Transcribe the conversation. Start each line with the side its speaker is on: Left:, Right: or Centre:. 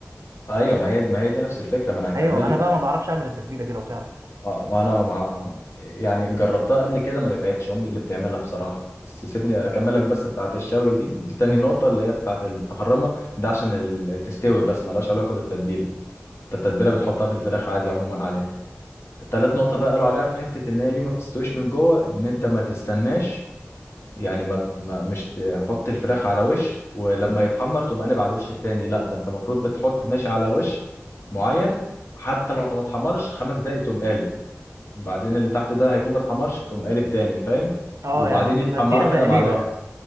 Left: ايوه ما هي ما هي دي نفس الفكره ما انا هكمل
Right: ايوه انا
Left: لك
Right: بقى ما بعرفش اعمل التتبيله دي لو تعرف
Left: اه ما انا مع يعني جربتها قبل كده ما نفعتش امي اللي بتعملها بصراحه بس سيبني اكملك بس بتاعه الشوي دي دي تاني
Right: مم.
Left: نقطه اللي هي بتاعه التخرمه ده عشان ال- تستوي بس ملهاش علاقه بالتتبيله انت التتبيله بتحطها في الفراخ عادي عموما عليها تالت نقطه بقى قالوا عليها في حته ان هي ليه ما بتستويش من جوه ان انت ما تستناش يعني ما, ما مش تحط الفراخ على وش ولما يتحمر تقوم قالب على الوش التاني لا ده انت المفروض بتحط ماشي على وش معين حتى لو ما اتحمرش خمس دقايق تقوم قالب بعدين اللي تحت ده هيكون ما اتحمرش تقوم قالب تاني فاهم
Right: اه
Left: وبعدين
Right: يعني بديها
Left: يتحمروا
Right: تقليبه
Left: كده مع الوقت
Right: يعني